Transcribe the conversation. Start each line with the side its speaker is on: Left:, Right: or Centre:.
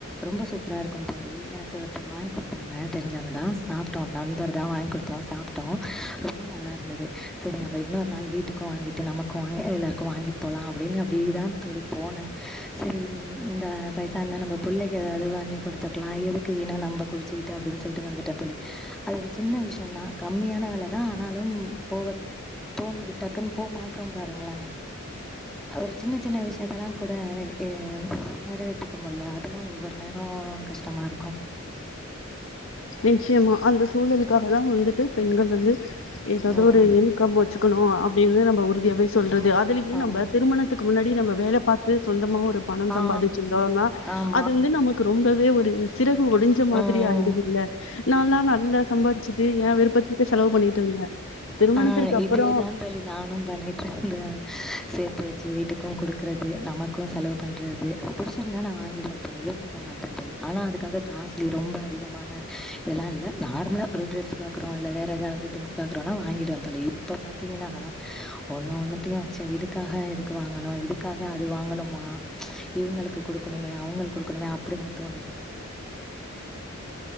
Centre: ரொம்ப சூப்பரா இருக்கு தோழி எனக்கு ஒருத்தங்க வாங்கி குடுத்தாங்க தெரிஞ்சவங்கதா சாப்டோம் நண்பர் தா வாங்கி குடுத்தா சாப்ட்டோ ரொம்ப நல்லாருந்தது சரி நம்ம இன்னொரு நாள் வீட்டுக்கு வாங்கிட்டு நமக்கு வாங் எல்லாருக்கு வாங்கி போலா அப்டின்னு அப்டிதா தோழி போனே சரி இந்த பைசா இருந்தா நம்பொ புள்ளக்கி ஏதாவது வாங்கி குடுத்துருக்கலா எதுக்கு வீணா நம்ப குடிச்சிக்கிட்டு அப்டின்னு சொல்லிட்டு வந்துட்டே தோழி அது ஒரு சின்ன விஷயம்தா கம்மியான வெலதா ஆனாலும் போக தோணுது டக்குன்னு போ மாற்றோ பாருங்களே ஒரு சின்ன சின்ன விஷயத்தெல்லா கூட ஆ நெறைவேத்திக்க முல்ல அதெல்லா ஒவ்வொரு நேரோ கஷ் டமா இருக்கு
Left: நிச்சயமா அந்த சூழலுக்காக தா வந்துட்டு பெண்கள் வந்து எதாது
Centre: ம்
Left: ஒரு இன்கம் வச்சுக்கணு அப்டின்னு நம்ம உறுதியாவே சொல்றது அதுலயு
Centre: ஆமா
Left: நம்ப திருமண த்துக்கு முன்னாடி நம்ம வேல பாத்து சொந்தமா ஒரு பணம் சம்பாதிச்சிருந்தோனா
Centre: ஆ ஆமா
Left: அது வந்து நமக் ரொம்பவே ஒரு சிறகு ஒடிஞ்ச மாதிரி
Centre: ம்
Left: ஆயிடுதுல்ல நால்லா நல்லா சம்பாதிச் சுட்டு ஏன் விருப்பத்துக்கு செலவு பண்ணிட்டு இருந்தே திருமணத்திற்கு
Centre: ஆ இதே
Left: அப்புறோ
Centre: தா தோழி நானு பண்ணிட்டு இருந்தே சேத்து வச்சு வீட்டுக்கும் குடுக்றது நமக் கும் செலவு பண்றது புடிச்சிருந்தா நா வாங்கிடுவே தோழி யோசிக்க மாட்டே தோழி ஆனா அதுக்காக காஸ்ட்லி ரொம்ப அதிகமான இதெல்லா இல்ல நார்மலா ஒரு ட்ரெஸ் பாக்றோ இல்ல வேற ஏதாது திங்ஸ் பாக் றோனா வாங்கிடுவே தோழி இப்ப பாத்தீங்கன்னா ஒன்னு ஒன்னுத்தையு ச்ச இதுக்காக எதுக்கு வாங்கணு இதுக் க்காக அது வாங்கனுமா இவங்களுக்கு கொடுக்கனுமே அவங்களுக்கு கொடுக்கனுமே அப்படிதா தோணுது